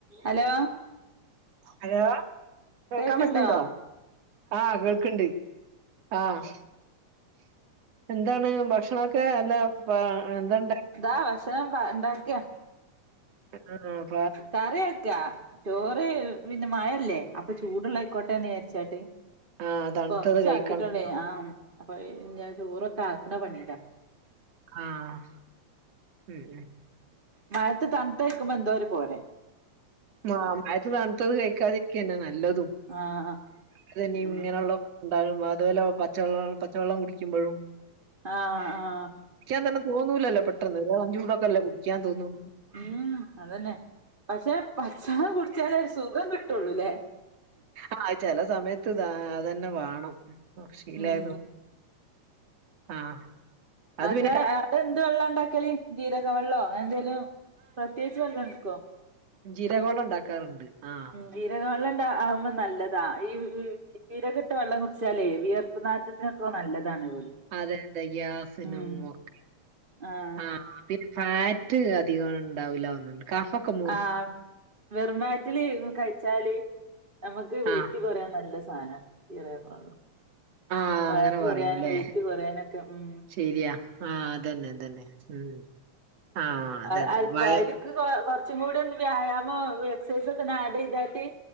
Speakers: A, on the right (about 15°); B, on the right (about 60°).
A: Hello
B: hello കേൾക്കാൻ
A: കേക്ക്ണ്ടോ
B: പറ്റുന്നുണ്ടോ ആഹ് കേൾക്ക് ണ്ട് ആഹ് എന്താണ് ഭക്ഷണൊക്കെ അല്ല എന്തണ്ട
A: ഇതാ ഭക്ഷണം ഉണ്ടാക്കിയ
B: <unintelligible>
A: കറി ചോറ് പിന്നെ മഴല്ലേ അപ്പൊ ചൂടുള്ളായിക്കോട്ടെന്ന് വിചാരിച്ചാട്ട്
B: ആഹ് തണുത്തത്
A: കൊറച്ച
B: കഴിക്കണം
A: ആക്കിട്ടുള്ളേ ആഹ് അപ്പൊഞാൻ ചോറൊക്കെ ആക്കണ പണീല
B: ആഹ് ഉം ഉം
A: മഴത്ത് തണുത്തഴക്കുമ്പോ എന്തോര് പോരെ
B: ആ മഴയത്ത് തണുത്തത് കഴിക്കാതിരിക്കന്നെ നല്ലതും
A: ആഹ്
B: അതനി ഇങ്ങനെയുള്ള
A: ഉം
B: ഉണ്ടാവും അതുപോലെ പച്ചവെള്ളം പച്ചവെള്ളം കുടിക്കുമ്പോഴും
A: ആഹ് ആഹ്
B: കുടിക്കാൻ തന്നെ തോന്നുല്ലല്ലോ പെട്ടെന്ന് ഒരാൾ ചൂടക്കല്ല കുടിക്കാൻ തോന്നു
A: ഉം അതന്നെ പക്ഷെ പച്ചള്ളം കുടിച്ചാലേര് സുഖം കിട്ടുള്ളൂല്ലേ
B: ആഹ് ചില സമയത്ത് അതന്നെ വേണം ശീലായത്
A: ഉം
B: ആഹ് അത്
A: അന്റെ
B: പിന്നെ
A: അവിടെ എന്ത് വെള്ളം ഉണ്ടാക്കല ജീരക വെള്ളമോ അങ്ങനെ എന്തോലും പ്രത്യേകിച്ച് വെള്ളം എടുക്കുവോ
B: ജീരകവള്ളം ഇണ്ടാക്കാറുണ്ട് ആഹ്
A: ജീരക വെള്ളം ഉണ്ട ആകുമ്പോ നല്ലതാ ഈ കീരകെട്ട വെള്ളം കുടിച്ചാലേ വിയർ ഉപ്പനാറ്റത്തിനൊക്കെ നല്ലതാണ് വെള്
B: അതെ, അതെ. ഗ്യാസിനും
A: ഉം
B: ഒക്കെ.
A: ആഹ്
B: ആ പിന്നെ ഫാറ്റ് അധികം ഉണ്ടാവില്ല തോന്ന്ണ്ട് കാഫക്കം
A: ആഹ് വെറും വയ്റ്റില് കഴിച്ചാല് നമുക്ക് വെയിറ്റ്
B: ആ,
A: കുറയാൻ നല്ല സാന ചീറക്കള്ള
B: ആ
A: ഫാറ്റ്
B: അങ്ങനെ പറയുംല്ലേ.
A: കോറയാനും വെയിറ്റ് കോറയാനക്കെ ഉം
B: ശരിയാ ആഹ് അതന്നെ അതന്നെ ഉം ആ അതന്നെ.
A: അ അല്പായാക്ക്
B: വയ
A: കൊറച്ചും കൂടി വ്യായാമം എക്സസൈസക്കെ നാഡ് ചെയ്തട്ട്